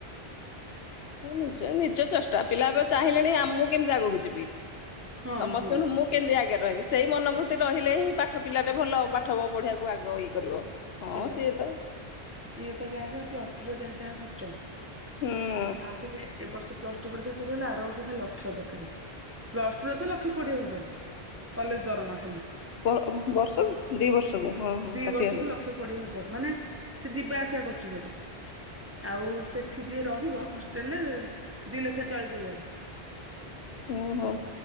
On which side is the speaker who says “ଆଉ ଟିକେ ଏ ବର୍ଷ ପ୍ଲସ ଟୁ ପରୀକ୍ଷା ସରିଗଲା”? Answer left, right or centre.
Right